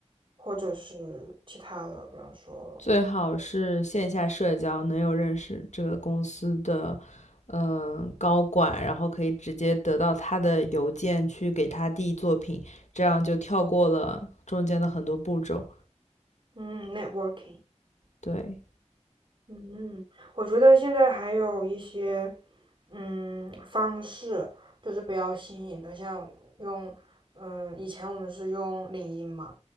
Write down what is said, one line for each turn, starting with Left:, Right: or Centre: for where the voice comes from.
Right: 或者是其他的，比方说
Left: 最好是线下社交，能有认识这个公司的。嗯，高管，然后可以直接得到他的邮件去给他递作品，这样就跳过了中间的很多步骤。
Right: 嗯 networking。
Left: 对，
Right: 嗯，我觉得现在还有一些，嗯，方式就是比较新颖的，像用，嗯，以前我们是用领英嘛，